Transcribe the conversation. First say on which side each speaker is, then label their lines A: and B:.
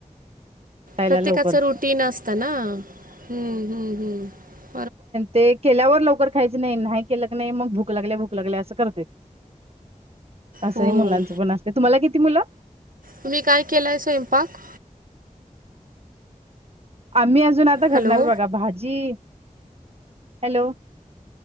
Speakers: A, on the right; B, on the right.
A: खायला
B: प्रत्येकाचं
A: लवकर
B: रुटीन असतं नाम्मम्म्म
A: ते केल्यावर लवकर खायच नाही नाही केलं क नाही मग भूक लागल्या भूक लागल्या असं करते असंही
B: हो.
A: मुलांचं पण असते तुम्हाला किती मुलं
B: तुम्ही काय केलंय स्वयंपाक
A: आम्ही अजून आता घरणार
B: हॅलो
A: बघा भाजी हॅलो